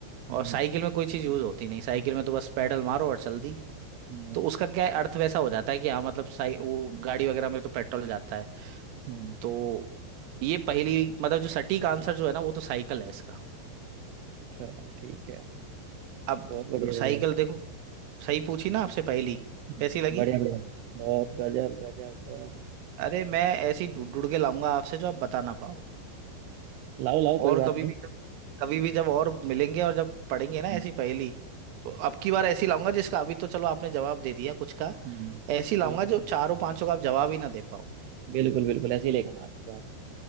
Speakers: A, on the right (about 70°); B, on the right (about 85°).
A: हम्म,
B: और
A: हम्म,
B: साइकिल
A: हम्म।
B: में कोई चीज यूज होती नहीं साइकिल में तो बस पैडल मारो और चल दी
A: हम्म,
B: तो उसका क्या है, अर्थ वैसा हो जाता है कि हाँ मतलब साइ वो गाड़ी वगैरह में तो पेट्रोल जाता है
A: हम्म,
B: तो ये पहली मतलब जो सटीक आंसर जो है ना वो तो साइकिल है इसका
A: अच्छा ठीक है
B: अब
A: बहुत बढ़िया बढ़िया
B: साइकिल
A: बढ़िया
B: देखो सही पूछी ना आपसे पहली
A: हम्म,
B: कैसी लगी
A: बढ़िया बढ़िया बहुत गजब गजब सर
B: अरे मैं ऐसी ढूंढ ढूंढ के लाऊंगा आपसे जो आप
A: हम्म,
B: बता ना पाओ
A: लाओ लाओ कोई
B: और
A: बात
B: कभी
A: नहीं
B: भी कभी भी जब और मिलेंगे और जब पढ़ेंगे
A: हम्म,
B: ना ऐसी पहेली तो अब की बार ऐसी लाऊंगा जिसका अभी तो चलो आपने जवाब दे दिया कुछ का
A: हम्म,
B: ऐसी लाऊंगा
A: ठीक है सर
B: जो चारों पांचों का आप जवाब ही ना दे पाओ
A: बिल्कुल बिल्कुल ऐसे ही लेकर आना आप इस बार